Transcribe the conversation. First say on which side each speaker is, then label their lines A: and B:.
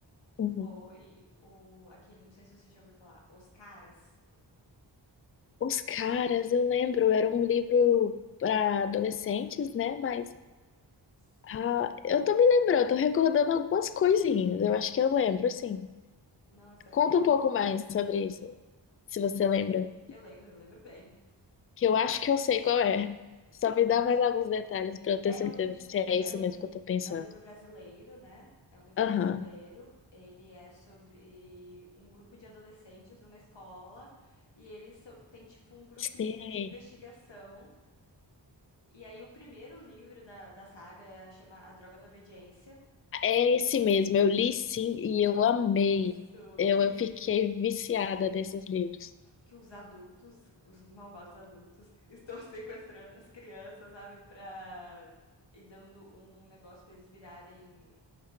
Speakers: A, on the left; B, on the left.
A: Uhum.
B: Foi o aquele, não sei se você já ouviu falar, Os Caras.
A: Os caras, eu lembro, era um livro para adolescentes, né? Mas
B: Sim.
A: Ah, eu tô me lembrando, eu tô recordando algumas coisinhas. Eu acho que eu lembro, sim.
B: Nossa,
A: Conta
B: eu
A: um pouco mais sobre isso, se você lembra.
B: eu lembro, eu lembro bem.
A: Que eu acho que eu sei qual é. Só me dá mais alguns detalhes pra eu
B: É
A: ter certeza
B: um
A: se é
B: é
A: isso
B: um
A: mesmo que eu tô pensando.
B: é um livro brasileiro, né? É um livro
A: Aham.
B: brasileiro. Ele é sobre um grupo de adolescentes numa escola e eles so- têm tipo um grupinho
A: Sei.
B: de investigação. E aí o primeiro livro da, da saga é, chama A Droga da Obediência.
A: É esse mesmo. Eu li sim e eu
B: Isso,
A: amei. Eu,
B: que
A: eu fiquei viciada nesses livros.
B: que os adultos, os malvados adultos, estão <laughs> sequestrando as crianças, sabe? Pra. E dando um negócio pra eles virarem.